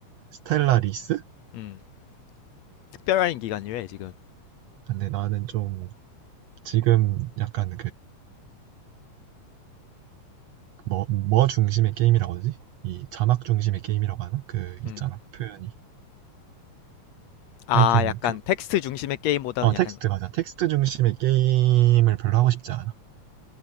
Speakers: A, on the right; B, on the left.
A: 스텔라 리스?
B: 음. 특별 할인 기간이래 지금.
A: 근데 나는 좀 지금 약간 그뭐뭐 중심의 게임이라고 하지? 이 자막 중심의 게임이라고 하나? 그 있잖아
B: 음.
A: 표현이.
B: 아
A: 하여튼
B: 약간
A: 그
B: 텍스트 중심의 게임보다는
A: 어
B: 약간
A: 텍스트 맞아 텍스트 중심의 게임을 별로 하고 싶지 않아.